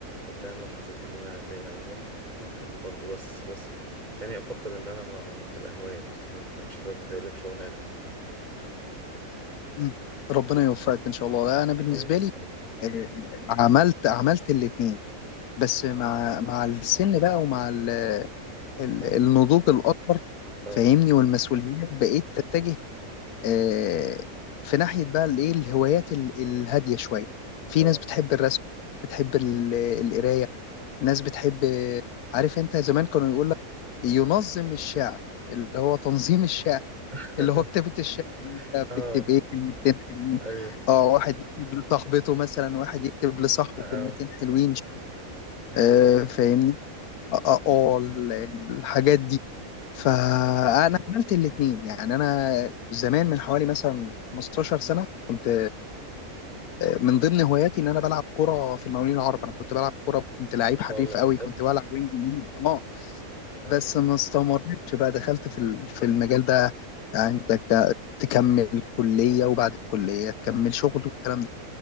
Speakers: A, on the right; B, on the left.
A: قدام لو حسيت ان انا فيها امل ممكن برضو بس بس بس يعني افضل ان انا ما تبقى هواية بس ما بحب- مش حاببها تقلب شغلانة يعني
B: مم. ربنا يوفقك إن شاء الله أنا بالنسبة
A: حبيبي
B: لي
A: حبيبي
B: آه، عملت عملت الاتنين بس مع مع السن بقى ومع ال- ال-
A: اه
B: النضوج الأكبر
A: اه
B: فاهمني والمسؤوليات بقيت تتجه آه، في ناحية بقى الايه الهوايات ال- الهادية شوية في
A: اه
B: ناس بتحب الرسم بتحب ال- القراية ناس بتحب عارف انت زمان كانوا يقول لك ينظم الشعر اللي هو تنظيم الشعر
A: <laughs>
B: اللي هو كتابة الشعر انت
A: اه
B: بتكتب ايه كلمتين حلوين
A: ايوه
B: اه واحد يكتب لصاحبته مثلا واحد يكتب لصاحبه
A: اه آه.
B: كلمتين حلوين
A: هايل
B: آه
A: والله
B: فاهمني اه
A: اه
B: آه، آه، ال- الحاجات دي فانا
A: اه
B: عملت الاثنين يعني انا زمان من حوالي مثلا 15 سنه كنت من ضمن هواياتي ان انا بلعب كره في المقاولين العرب انا كنت بلعب كره كنت لعيب
A: ما شاء
B: حريف
A: الله
B: قوي
A: آه، بجد
B: كنت بلعب وينج يمين اه
A: اه
B: بس ما استمرتش بقى دخلت في ال- في المجال ده يعني انت ك- تكمل كليه وبعد الكليه تكمل
A: صح
B: شغل والكلام ده